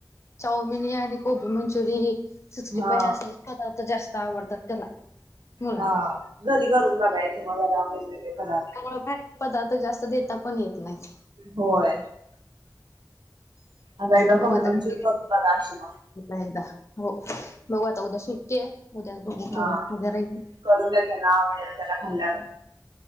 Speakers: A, on the left; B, on the right.
A: चाऊमिनी आणि कोबी मंचुरी सिक्स्टी
B: हा
A: फाइव असल. पदार्थ जास्त आवडतात त्याला. मुलाला
B: हा घरी घरून बघायचे मग जरा वेगवेगळे पदार्थ.
A: मुळे पदार्थ जास्त देता पण येत नाहीत.
B: होय. आता एकदा
A: बघू
B: कोबी
A: आता
B: मंचुरी
A: <unintelligible> हो
B: करून बघा अशी मग
A: एकदा हो बघू आता उद्या सुटतेय उद्याच बघू
B: हा
A: करून उद्या राहील.
B: करून द्या त्याला आवडेल त्याला खाल्ल्यावर.